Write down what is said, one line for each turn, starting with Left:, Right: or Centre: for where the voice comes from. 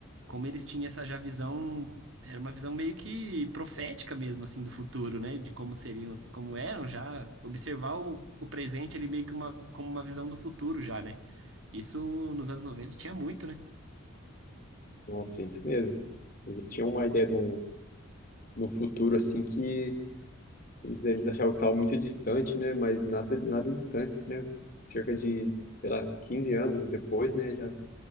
Right: como eles tinham essa já visão, era uma visão meio que profética mesmo, assim, do futuro, né, de como seriam, como eram já, observar o, o presente ali meio que uma, como uma visão do futuro já, né. Isso nos anos 90 tinha muito, né.
Left: Nossa, é isso mesmo. Eles tinham uma ideia de um, de um futuro assim que Eles, eles achavam que estava muito distante, né? Mas nada, nada distante, né? Cerca de, sei lá, 15 anos depois, né? Já